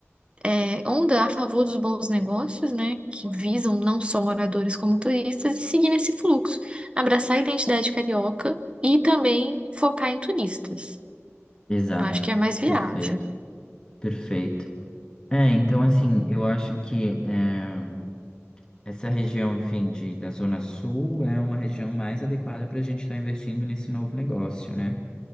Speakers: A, on the right; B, on the left.
A: é, onda a favor dos bons negócios, né, que visam não só moradores como turistas e seguir nesse fluxo, abraçar a identidade carioca e também focar em turistas.
B: Exato.
A: Eu acho que é mais viável.
B: Perfeito. Perfeito. É, então assim, eu acho que eh, Essa região, enfim, de, da Zona Sul é uma região mais adequada para a gente estar investindo nesse novo negócio, né?